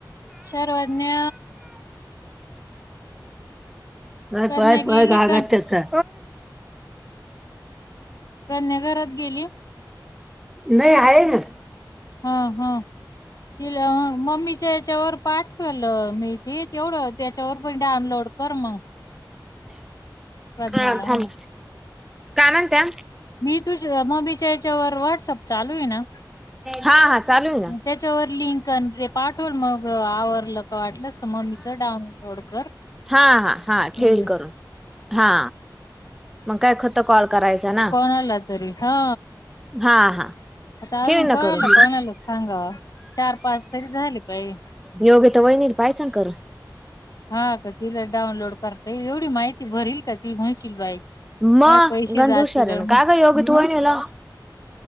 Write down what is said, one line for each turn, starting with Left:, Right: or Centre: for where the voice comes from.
Left: सर्वज्ञ,
Centre: नाहीय
Left: प्रज्ञा
Centre: पय-पय
Left: गेली
Centre: घा
Left: का
Centre: त्याचा
Left: प्रज्ञा घरात गेली.
Centre: नाही आहे ना.
Left: हा-हा तीला मम्मीच्या याच्यावर. पाठवलं मी ते तेवढं त्याच्यावर पण डाउनलोड कर मग. प्रज्ञाला
Centre: हा थांब काय म्हणता
Left: मी तुझ मम्मीच्या याच्यावर व्हॉट्सअप चालू आहे ना.
Centre: हा हा चालू आहे ना
Left: त्याच्यावर लिंक न ते पाठवल मग आवरलं का वाटलंस. मम्मीच डाऊनलोड कर.
Centre: हा-हा-हा
Left: म्हणजे
Centre: ठेवेल करून हा. मग काय खत कॉल करायचा ना
Left: कोणाला तरी हा
Centre: हा-हा.
Left: आता
Centre: ठेव
Left: अजून
Centre: ना
Left: कोणाला
Centre: करून
Left: कोणाला सांगावा चार पाच तरी झाले पाहिजे
Centre: योग. त्या वहिणीन पाहिच ना करून.
Left: हा का तिला डाऊनलोड करता ईल एवढी माहिती भरील का ती म्हणशील बाई.
Centre: मग
Left: माये पैसे
Centre: गंज
Left: जातील
Centre: हुशार आहे
Left: हा
Centre: ना, काय ग योगा तू वहिनीला.